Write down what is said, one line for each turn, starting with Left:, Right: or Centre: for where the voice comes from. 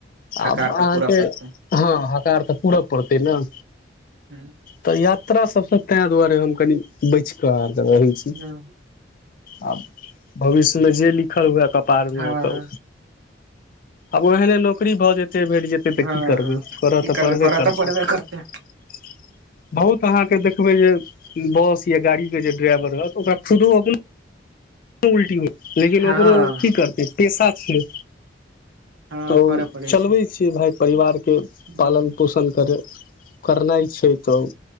Left: आ
Right: हकार
Left: आहाँके
Right: तऽ पूरा पड़तै
Left: हकार तऽ पुरऽ परतय न
Right: हूँ
Left: तऽ यात्रा सब स ते दुआरे कनी बयच क रहै छी
Right: हँ
Left: आ भविष्य मे जे लिखल हुएऽ पारनो
Right: हँ
Left: ओतऽ आब ओहने नौकरी भऽ जेतै भेट जेतै तऽ
Right: हँ
Left: की करबै करऽ
Right: की
Left: तऽ
Right: करबै
Left: परबे
Right: करऽ
Left: करतै
Right: तऽ
Left: बहुत
Right: पड़बे करतै
Left: अहाँके देख देखबै जे बस या गाड़ीके जे ड्राइवर रहत ओकरा खुदो अपनो उल्टी हो लेकिन
Right: हँ
Left: ओकरो की करतै पेशा छियै
Right: हँ
Left: तऽ
Right: करऽ पड़ै
Left: चलबै
Right: छै
Left: छियै भाई परिवारके
Right: हूँ,
Left: पालन पोषण करय करनाइ छै तऽ